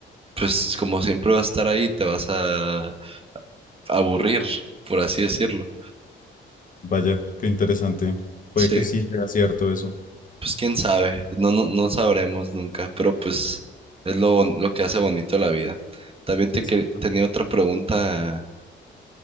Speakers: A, on the right; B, on the left.
A: pues como siempre va a estar ahí, te vas a aburrir, por así decirlo.
B: Vaya, qué interesante. Puede
A: Sí,
B: que sí sea cierto eso.
A: pues quién sabe, no, no, no sabremos nunca, pero pues es lo, bon- lo que hace bonito la vida. También
B: Exacto.
A: te quer- tenía otra pregunta,